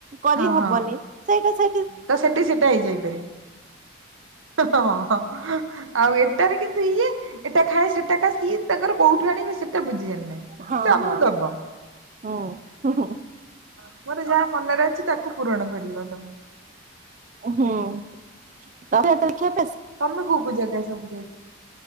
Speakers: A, on the right; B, on the right.
A: କରି
B: ହଁ
A: ହବନି
B: ହଁ
A: ସେଇଟା ସେଇ
B: ତ ସେଠି ସେଟା ହେଇଯାଇପାରେ ହଁ ହଁ ଆଉ ଏଟାରେ କିନ୍ତୁ ଇଏ ଏଟା ଖାଏ ସେଟା ଖା ସିଏ ତାଙ୍କର କୋଉଠୁ ଆଣିବେ ସେଟା ବୁଝିଆର୍ ନାହିଁ
A: ହଁ
B: ତ ଆମକୁ
A: ହଁ
B: ଦବ।
A: ହୁଁ ହୁଁ
B: ମୋର ଯାହା ମନରେ ଅଛି ତାକୁ ପୂରଣ କରିବ ତମେ।
A: ହୁଁ ତ
B: ତମେ କଉ ପୂଜା କାଇ ଦେ